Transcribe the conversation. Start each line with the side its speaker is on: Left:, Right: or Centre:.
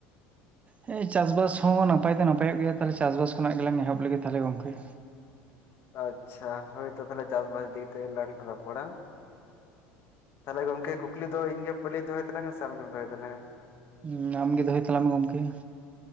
Right: ᱦᱮᱸ ᱪᱟᱥᱵᱟᱥ ᱦᱚᱸ ᱱᱟᱯᱟᱭ ᱫᱚ ᱱᱟᱯᱚᱜ ᱜᱮᱭᱟ, ᱛᱟᱦᱚᱞᱮ ᱪᱟᱥᱵᱟᱥ ᱠᱷᱚᱱᱟᱜ ᱜᱮᱞᱟᱝ ᱮᱦᱚᱵ ᱞᱮᱜᱮ ᱛᱟᱦᱚᱞᱮ ᱜᱚᱝᱠᱮ
Left: ᱟᱪᱪᱷᱟ, ᱦᱚᱭᱛᱚ ᱛᱟᱦᱮᱞᱮ ᱪᱟᱥᱵᱟᱥ ᱤᱫᱤ ᱠᱟᱛᱮ ᱜᱮᱞᱟᱝ ᱨᱚᱯᱚᱲᱟ᱾ ᱛᱟᱦᱚᱞᱮ ᱜᱚᱢᱠᱮ ᱠᱩᱠᱞᱤ ᱫᱚ ᱤᱧ ᱜᱮ ᱯᱳᱭᱞᱳᱧ ᱫᱚᱦᱚᱭ ᱛᱟᱞᱟᱝ-ᱟ ᱥᱮ ᱟᱢᱜᱮᱢ ᱫᱚᱦᱚᱭ ᱛᱟᱞᱟᱝ-ᱟ᱾
Right: ᱦᱩᱸ ᱟᱢ ᱜᱮ ᱫᱚᱦᱚᱭ ᱛᱟᱞᱟᱝ ᱢᱮ ᱜᱚᱢᱠᱮ ᱾